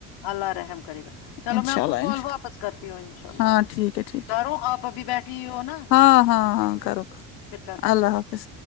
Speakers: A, on the left (about 65°); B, on the left (about 85°).
A: اللہ رحم کرے گا چلو
B: انشاء
A: میں آپ
B: اللہ
A: کو کال
B: انشاء،
A: واپس کرتی ہوں ان شاء اللہ
B: ہاں ٹھیک ہے ٹھیک
A: کر
B: ہے
A: ہوں آپ ابھی بیٹھے فری ہو نہ
B: ہاں ہاں ہاں کرو کرو
A: کرتی
B: اللہ
A: ہوں
B: حافظ